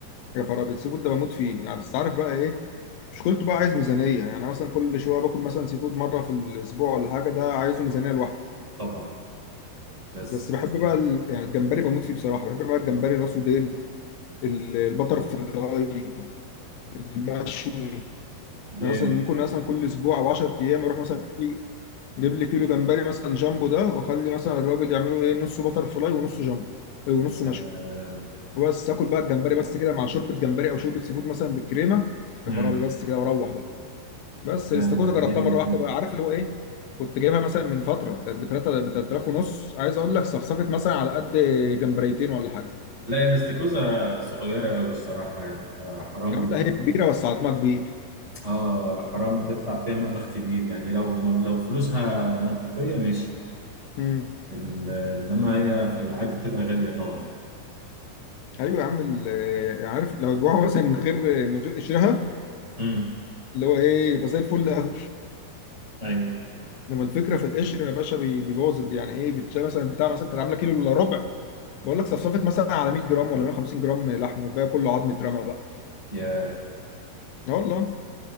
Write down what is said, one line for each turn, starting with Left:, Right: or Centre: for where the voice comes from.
Left: يا خرابي السي فود ده بموت فيه يعني بس عارف بقى ايه مشكلته بقى عايز ميزانيه يعني أنا مثلا كل شويه باكل مثلا سي فود مره في الاسبوع ولا حاجه ده عايزه ميزانيه لوحده
Right: طبعا بس
Left: بس بحب
Right: آه،
Left: بقى ال... يعني الجمبري بموت فيه بصراحه بحب بقى الجمبري راسه ديل ال- البتر فلاي المشوي
Right: جامد
Left: يعني اصلا ممكن مثلا كل اسبوع او 10 ايام اروح مثلا في جيب لي كيلو جمبري مثلا جامبو ده واخلي مثلا الراجل يعمله ايه نصه بتر فلاي ونصه جامبو ونصه
Right: يا سلام
Left: مشوي وبس اكل بقى الجمبري بس كده مع شوربه جمبري او شوربه سي فود مثلا بالكريمه
Right: امم
Left: يا خرابي بس كده واروح بقى. بس
Right: ده
Left: الاستاكوزا جربتها
Right: جامد
Left: مره واحده
Right: جدا
Left: بقى عارف اللي هو ايه كنت جايبها مثلا من فتره كانت ب 3 ب 3000 ونص عايز اقول لك صفصفت مثلا على قد جمبريتين ولا حاجه
Right: لا الاستيكوزا صغيرة قوي الصراحة يعني فحرام
Left: يا عم لا هي كبيره بس عظمها كبير
Right: اه حرام تدفع فيها مبلغ كبير يعني لو لو فلوسها منطقية ماشي
Left: امم
Right: ال- انما هي في العادي بتبقى غاليه طبعا
Left: ايوه يا عم ال- يعني عارف لو جوعوا مثلا من غير من غير قشرها
Right: امم
Left: اللي هو ايه يبقى زي الفل قوي
Right: ايوه
Left: انما الفكره في القشر يا باشا بي- بيبوظ الد- يعني ايه بتشيل مثلا بتاع مثلا كانت عامله كيلو الا ربع بقول لك صفصفت مثلا على 100 جرام ولا 150 جرام لحمه وباقي كله عظم اترمى بقى
Right: يا
Left: اه والله